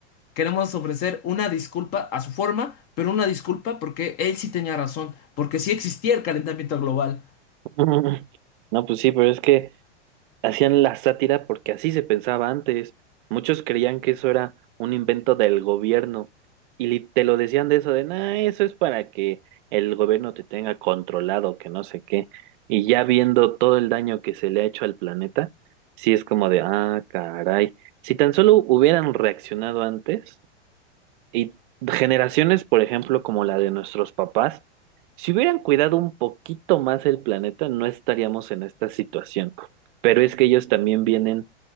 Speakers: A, on the left; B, on the right.
A: Queremos ofrecer una disculpa a su forma, pero una disculpa porque él sí tenía razón, porque sí existía el calentamiento global.
B: <laughs> No, pues sí, pero es que... Hacían la sátira porque así se pensaba antes. Muchos creían que eso era un invento del gobierno y li- te lo decían de eso de, nah, eso es para que el gobierno te tenga controlado, que no sé qué. Y ya viendo todo el daño que se le ha hecho al planeta, sí es como de, ah, caray, si tan solo hubieran reaccionado antes. Y generaciones, por ejemplo, como la de nuestros papás, si hubieran cuidado un poquito más el planeta, no estaríamos en esta situación. Pero es que ellos también vienen